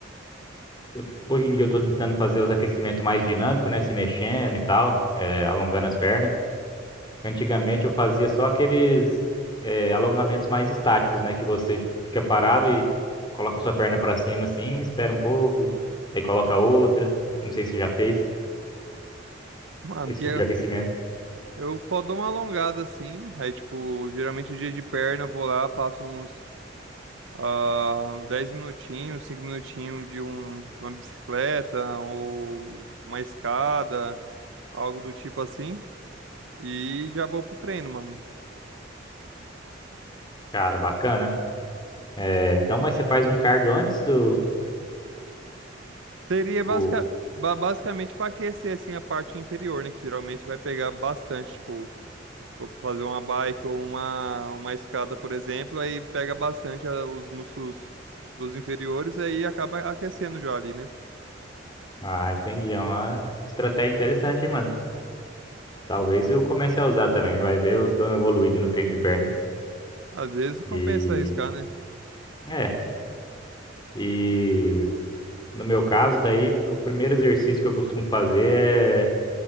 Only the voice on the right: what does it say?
Mano,
que
eu,
eu só dou uma alongada assim. Aí, tipo, geralmente dia de perna eu vou lá, passo uns ah, uns 10 minutinhos, 5 minutinhos de um, uma bicicleta ou uma escada, algo do tipo assim. E já vou pro treino, mano.
Seria
basica, ba- basicamente pra aquecer assim a parte inferior, né? Que geralmente vai pegar bastante, tipo. for fazer uma bike ou uma, uma escada, por exemplo, aí pega bastante ah, os músculos dos inferiores e aí acaba aquecendo já ali, né?
Às vezes compensa
arriscar, né?